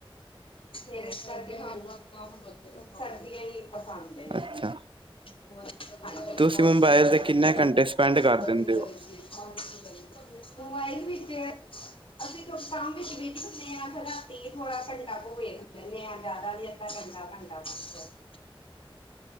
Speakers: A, on the left; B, on the right.
A: ਫੇਰ ਇਸ ਕਰਕੇ ਸਾਨੂ ਸਰਦੀਆਂ ਹੀ ਪਸੰਦ ਜਿਆਦਾ।
B: ਅੱਛਾ
A: ਵਟਸਐਪ
B: ਤੁਸੀਂ
A: ਕੰਮ
B: ਮੋਬਾਇਲ
A: ਕਰਦੇ
B: ਤੇ
A: ਰਹੇ,
B: ਕਿੰਨੇ ਘੰਟੇ ਸਪੈਂਡ
A: ਬਹੁਤ
B: ਕਰ
A: ਗਰਮੀ
B: ਦਿੰਦੇ
A: ਲੱਗਦੀ
B: ਹੋ
A: ਐ। ਮੇਬਾਈਲ ਵਿੱਚ ਐ। ਅਸੀਂ ਧੁੱਪ- ਛਾ ਵਿੱਚ ਵੀ ਕਰਨੇ ਆ, ਰਾਤੀ ਥੋੜ੍ਹਾ ਘੰਟਾ ਕੇ ਵੇਖਦੇ ਹਾਂ ਜ਼ਿਆਦਾ ਮੈਂ ਘੰਟਾ-ਘੰਟਾ ਬਸ।